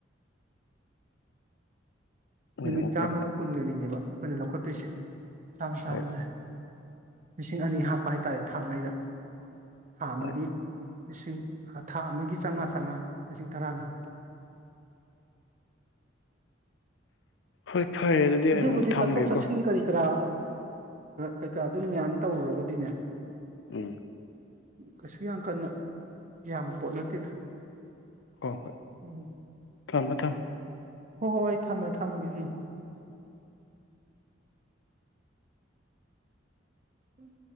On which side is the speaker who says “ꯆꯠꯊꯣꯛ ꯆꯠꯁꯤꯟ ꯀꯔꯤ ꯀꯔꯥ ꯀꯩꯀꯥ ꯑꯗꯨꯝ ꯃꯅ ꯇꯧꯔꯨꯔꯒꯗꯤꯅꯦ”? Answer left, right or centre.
Right